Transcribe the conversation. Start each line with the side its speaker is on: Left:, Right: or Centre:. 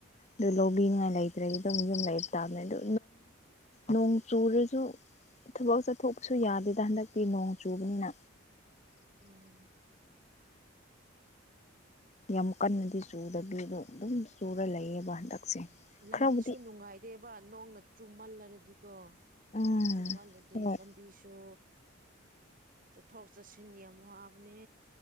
Left: ꯑꯗꯨ ꯂꯧꯕꯤꯅꯤꯉꯥꯏ ꯂꯩꯇ꯭ꯔꯗꯤ ꯑꯗꯨꯝ ꯌꯨꯝ ꯂꯩꯕ ꯇꯥꯕꯅꯦ ꯑꯗꯨ ꯅꯣꯡ ꯆꯨꯔꯁꯨ ꯊꯕꯛ ꯆꯠꯊꯣꯛꯄꯁꯨ ꯌꯥꯗꯦꯗ ꯍꯟꯗꯛꯇꯤ ꯅꯣꯡ ꯆꯨꯕꯅꯤꯅ
Right: ꯎꯝ
Left: ꯌꯥꯝ ꯀꯟꯅꯗꯤ ꯆꯨꯗꯕꯤꯗꯣ ꯑꯗꯨꯝ ꯆꯨꯔ ꯂꯩꯌꯦꯕ ꯍꯟꯗꯛꯁꯦ
Right: ꯂꯝꯕꯤꯁꯨ
Left: ꯈꯔꯕꯨꯗꯤ
Right: ꯅꯨꯡꯉꯥꯏꯗꯦꯕ ꯅꯣꯡꯅ ꯆꯨꯝꯃꯜꯂꯔꯗꯤꯀꯣ
Left: ꯎꯝ
Right: ꯆꯨꯝꯃꯜꯂꯗꯤ
Left: ꯍꯣꯏ
Right: ꯂꯝ ꯄꯤꯁꯣ ꯆꯠꯊꯣꯛ ꯆꯠꯁꯤꯟ ꯌꯥꯝ ꯋꯥꯕꯅꯦ